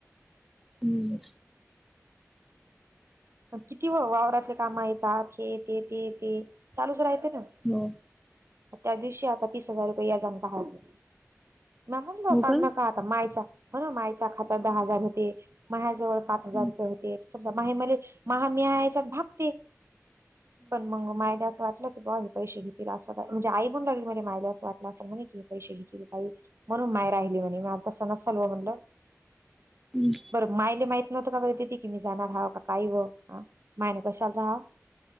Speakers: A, in the centre; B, on the right (about 55°).
A: हम्म.
B: किती वावडातले काम येतात हे येते ते येते चालूच राहते ना,
A: हो,
B: त्या दिवशी आता तीस हजार रुपये व्याजाणे काढले म्हणग
A: हो
B: काढू
A: काय
B: नका. मायच्या हो ना मायच्या खात्यात दहा हजार होते माया्याजवळ पाच हजार
A: हम्म
B: रुपये होते. समजा म महा म यायच्यात भागते पण मग मायला असं वाटलं. किंवा हे पैसे घेततील अस. णे आई माय असं वाट असेल म्हणे की पैसे घ का म्हणून मायर आहे. म आतां सलव म्हटलं
A: हम्.
B: बरं मायले माहित नव्हतं का बरं तिथती की मी जाणार हं काही हो मायन कशाला राहा